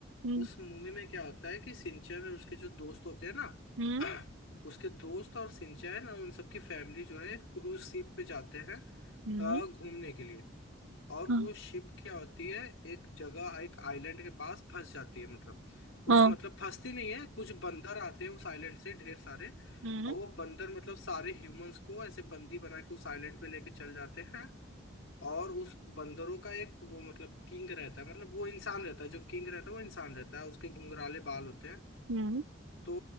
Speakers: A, on the right; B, on the left.
A: हम्म
B: उस मूवी में क्या होता है कि सिंचन और उसके जो दोस्त होते हैं ना
A: हम्म
B: <clears throat> उसके दोस्त और सिंचन और उन सबकी फैमिली जो है क्रूज शिप पे जाते हैं
A: हम्म
B: अ, घूमने के लिए और
A: हाँ
B: वो शिप क्या होती है एक जगह एक आइलैंड के पास फंस जाती है मतलब कुछ
A: हाँ।
B: मतलब फंसती नहीं है कुछ बंदर आते हैं उस आइलैंड से ढेर सारे
A: हम्म
B: और वो बंदर मतलब सारे ह्यूमंस को ऐसे बंदी बना के उस आइलैंड पे लेके चल जाते हैं और उस बंदरों का एक वो मतलब किंग रहता है मतलब वो इंसान रहता है जो किंग रहता है वो इंसान रहता है उसके घुंघराले बाल होते हैं
A: हम्म
B: तो